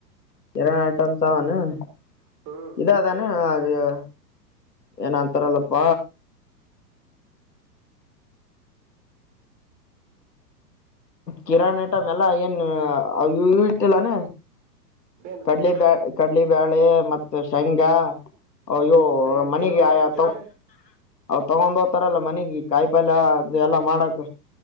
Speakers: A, on the left; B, on the right.
A: ಕೀರಾಣಿ ಐಟಮಸಾವನ್.
B: ಹ್ಮ್
A: ಇದಾದಾನೆ. ಏ ಏನ ಅಂತರಲಪ್ಪ. ಕಿರಾಣ ಟ ಮೆಲ್ಲ ಏನ್ ಇ ಇವ್ ಇಟ್ಟಿಲ್ಲಾನ.
B: ಏನ್
A: ಕಡ್ಲಿ ಬ್ಯಾಡ್. ಕಡ್ಲಿ ಬಾಳೆ ಮತ್ತ ಶೇಂಗಾ. ಅಯ್ಯೋ
B: ಏ ಇಟ್ಟಿ
A: ಮನಿಗ್
B: ನೋಡಣ
A: ಯಯಾ
B: ಇಟ್ಟಿನಿ
A: ತಾವು. ಅವ್ ತಗೊಂಡ್ ಹೋಗತಾರಲ್ಲ ಮನಿಗಿ ಕಾಯಿ ಪಲ್ಯ ಅದ ಎಲ್ಲಾ ಮಾಡಕ್.